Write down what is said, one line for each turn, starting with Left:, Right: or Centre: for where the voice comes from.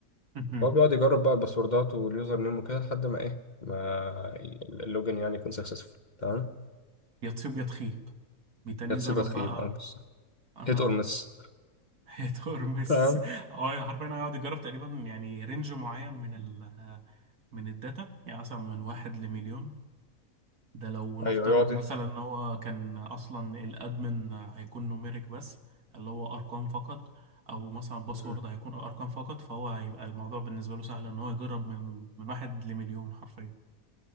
Right: مهم.
Left: فهو بيقعد يجرب بقى الباسوردات واليوزر نيم وكده لحد ما ايه ما ي- اللوجن يعني يكون سكسسفول تمام
Right: يا تصيب يا تخيب بيتاني
Left: يا تصيب
Right: يجرب
Left: يا تخيب
Right: بقى
Left: اه بص
Right: أها
Left: هيت اور مس
Right: هي ترمس
Left: تمام
Right: <laughs> اه حرفيا هيقعد يجرب تقريبا يعني رينج معين من ال من الداتا يعني مثلا من واحد لمليون ده لو نفترض
Left: ايوه يقعد
Right: مثلا ان هو كان اصلا الادمن هيكون نوميريك بس اللي هو ارقام فقط او مثلا باسورد
Left: ايه
Right: هيكون ارقام فقط فهو هيبقى الموضوع بالنسبه له سهل ان هو يجرب من من واحد لمليون حرفيا